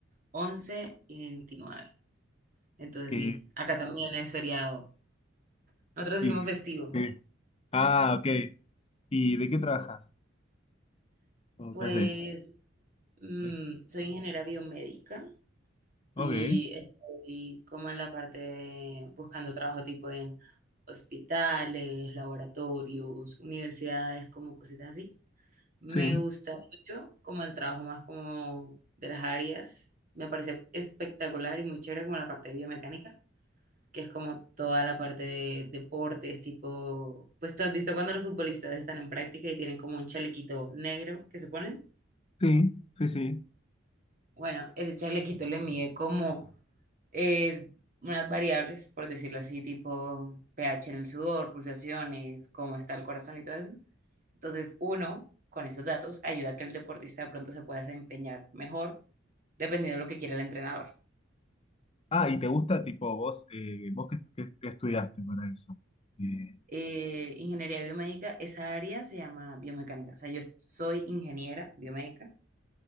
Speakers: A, on the right; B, on the left.
A: once y 29. Entonces
B: Eh,
A: sí, acá también es feriado. Nosotros
B: y,
A: decimos festivo.
B: eh, ah, ok. ¿Y de qué trabajas? ¿O
A: Pues
B: qué haces?
A: mm,
B: Eh,
A: soy ingeniera biomédica
B: ok,
A: Y estoy como en la parte de buscando trabajo tipo en hospitales, laboratorios, universidades, como cositas así. Me
B: sí,
A: gusta mucho como el trabajo más como de las áreas. Me parece espectacular y muy chévere como la parte de biomecánica, que es como toda la parte de deportes, tipo, pues tú has visto cuando los futbolistas están en práctica y tienen como un chalequito negro que se ponen.
B: sí, sí, sí.
A: Bueno, ese chalequito le mide como eh, unas variables, por decirlo así, tipo pH en el sudor, pulsaciones, cómo está el corazón y todo eso. Entonces, uno, con esos datos, ayuda a que el deportista de pronto se pueda desempeñar mejor, dependiendo de lo que quiera el entrenador.
B: Ah, ¿y te gusta, tipo, vos, eh, vos qué, qué- qué estudiaste para eso? Eh,
A: Eh, ingeniería biomédica, esa área se llama biomecánica. O sea, yo soy ingeniera biomédica